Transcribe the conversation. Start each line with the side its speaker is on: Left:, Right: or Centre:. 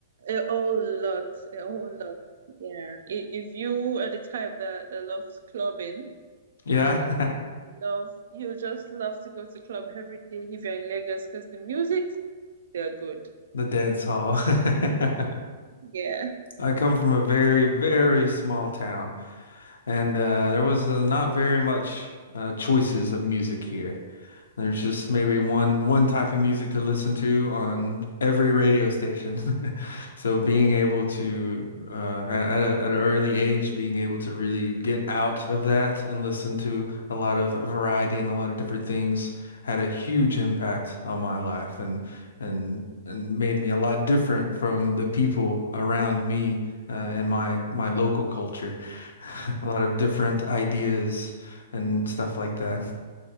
Right: A whole lot, a whole lot. Yeah. I- If you are the type that, that loves clubbing,
Left: <sighs> Yeah.
Right: you
Left: <laughs>
Right: love you just love to go to club every day if you're in Lagos because the musics they're good.
Left: The dance hall. <laughs>
Right: Yeah.
Left: I come from a very, very small town, and uh, there was uh, not very much uh, choices of music here. There's
Right: Mm.
Left: just maybe one one type of music to listen to on every radio station. <laughs> So being able to uh, at at a, at an early age, being able to really get out of that and listen to a lot of variety and a lot of different things had a huge impact on my life and and and made me a lot different from the people around me uh, in my my local culture. <laughs> A lot of different ideas and stuff like that.